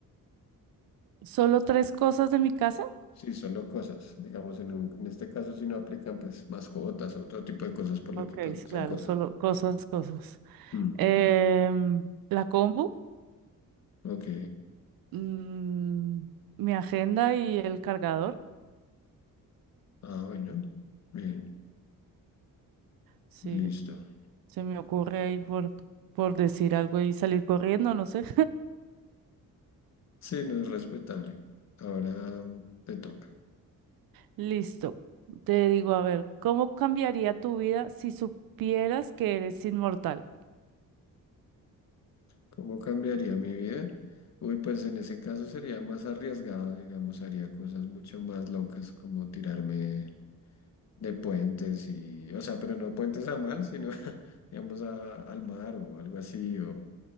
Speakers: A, on the right (about 80°); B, on the left (about 50°).
A: ¿Solo tres cosas de mi casa?
B: Sí, solo cosas. Digamos, en, un- en este caso, si no aplican, pues mascotas o otro tipo de cosas, por lo
A: Ok,
B: que pues no
A: sí,
B: son
A: claro,
B: cosas.
A: solo cosas, cosas.
B: ¿no? Mm,
A: Em, la compu,
B: ok.
A: mm, mi agenda y el cargador.
B: Ah, bueno. Bien,
A: Sí,
B: listo.
A: se me ocurre ahí por, por decir algo y salir corriendo, no sé.
B: Sí, no es respetable. Ahora mm, te toca.
A: Listo. Te digo, a ver, ¿cómo cambiaría tu vida si supieras que eres inmortal?
B: ¿Cómo cambiaría mi vida? Uy, pues en ese caso sería más arriesgado, digamos, haría cosas mucho más locas como tirarme de puentes y, o sea, pero no puentes a mal, sino, <laughs> digamos, a- al mar o algo así, o